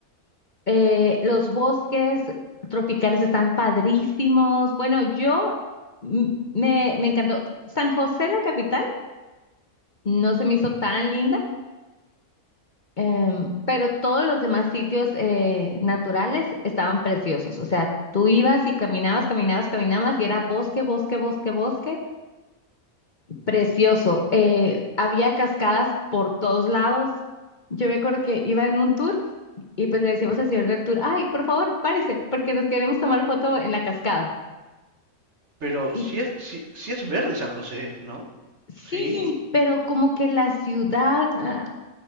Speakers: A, on the left; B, on the right.
A: Eh, los bosques tropicales están padrísimos. Bueno, yo mm, me, me encantó. San José, la capital, no se me hizo tan linda, Em, pero todos los demás sitios eh, naturales estaban preciosos. O sea, tú ibas y caminabas, caminabas, caminabas y era bosque, bosque, bosque, bosque. Precioso. Eh, había cascadas por todos lados. Yo me acuerdo que iba en un tour y pues le decíamos al señor del tour, ay, por favor, párese, porque nos queremos tomar foto en la cascada.
B: Pero
A: Y
B: si es, si, si es verde San José, ¿no?
A: sí,
B: Sí.
A: pero como que la ciudad, ah,